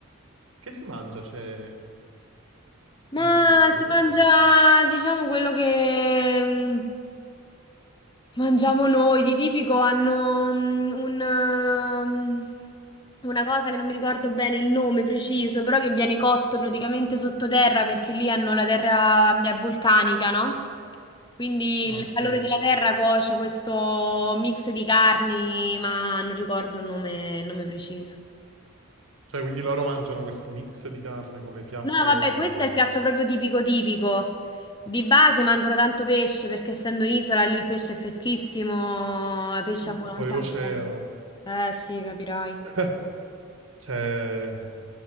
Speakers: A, on the right; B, on the left.
A: Che si mangia, c'è
B: Ma
A: di tipico?
B: si
A: Cosa
B: mangia,
A: c'è là?
B: diciamo, quello che... mm, Mangiamo noi, di tipico hanno mm, un, ehm, una cosa che non mi ricordo bene il nome preciso, però che viene cotto praticamente sottoterra perché lì hanno la terra mm, è vulcanica, no? Quindi
A: Ah,
B: il
A: ok.
B: calore della terra cuoce questo mix di carni, ma non ricordo il nome, il nome preciso.
A: Cioè, quindi loro mangiano questo mix di carne come piatto
B: No, vabbè,
A: tipico,
B: questo è
A: giusto?
B: il piatto proprio tipico tipico. Di base mangiano tanto pesce perché essendo un'isola lì il pesce è freschissimo, pesce
A: Mm,
B: a volontà.
A: Poi oceano.
B: Eh sì, capirai.
A: <laughs> Cioè,